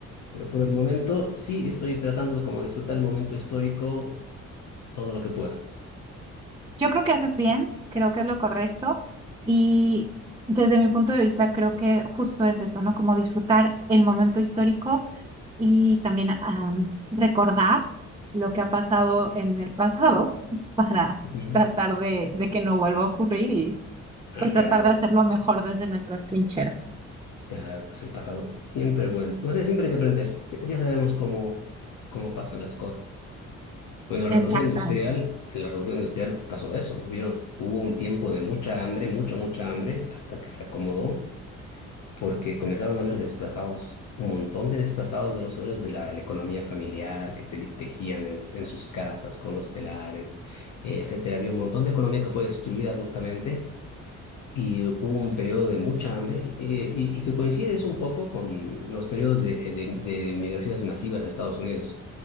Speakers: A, on the left (about 75°); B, on the right (about 15°).
A: Pero por el momento sí estoy tratando de como disfrutar el momento histórico todo lo que pueda.
B: yo creo que haces bien, creo que es lo correcto y desde mi punto de vista creo que justo es eso, ¿no? Como disfrutar el momento histórico y también am, recordar lo que ha pasado en el pasado <laughs> para
A: Ujú.
B: tratar de, de que no vuelva a ocurrir y
A: Ah,
B: pues tratar
A: claro,
B: de hacerlo mejor desde nuestras trincheras.
A: claro, pues el pasado siempre vuelve. O sea, siempre hay que aprender. Sí- Ya sabemos cómo, cómo pasan las cosas. Bueno, la
B: Exactamente.
A: revolución industrial, en la revolución industrial pasó eso. Hubieron, hubo un tiempo de mucha hambre, mucha, mucha hambre, hasta que se acomodó porque comenzaron a haber desplazados, un montón de desplazados de los obreros de la, la economía familiar que te- tejían en, en sus casas con los telares, eh, etcétera. Había un montón de economía que fue destruida abruptamente y hubo un periodo de mucha hambre eh, y, y que coincide es un poco con los periodos de, eh, de, de migraciones masivas a Estados Unidos.